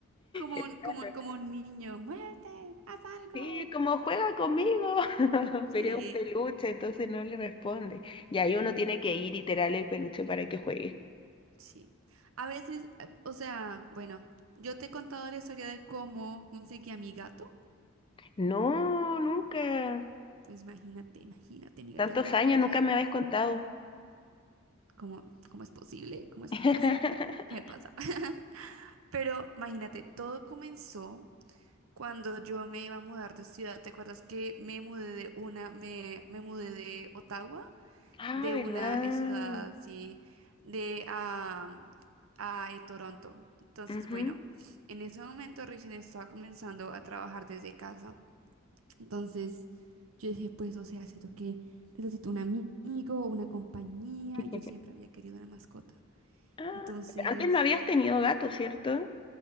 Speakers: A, on the right (about 75°); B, on the left (about 25°).
A: Como
B: Está
A: un, como,
B: loca.
A: un- como un niño, muévete, haz algo.
B: Sí, como juega conmigo, <laughs>
A: Sí,
B: pero es un peluche, entonces no le responde. Y ahí uno tiene que ir y tirarle el peluche para que juegue.
A: sí. A veces, eh, o sea, bueno, yo te he contado la historia de cómo conseguí a mi gato.
B: No, nunca.
A: Pues imagínate, imagínate, amiga,
B: Tantos
A: te la,
B: años,
A: te
B: nunca
A: la voy a contar.
B: me habías contado.
A: ¿Cómo, cómo es posible? ¿Cómo es
B: <laughs>
A: posible? ¿Qué me pasa? <laughs> Pero imagínate, todo comenzó cuando yo me iba a mudar de ciudad. ¿Te acuerdas que me mudé de una, me, me mudé de Ottawa,
B: Ah,
A: de
B: ¿verdad?
A: una eh, ciudad, sí, de a, a eh, Toronto? Entonces,
B: Ujú.
A: bueno, en ese momento recién estaba comenzando a trabajar desde casa. Entonces yo dije, pues, o sea, siento que necesito un amigo, una compañía.
B: <laughs>
A: y Yo siempre había querido una mascota.
B: Ah,
A: Entonces,
B: antes no habías tenido gatos, ¿cierto?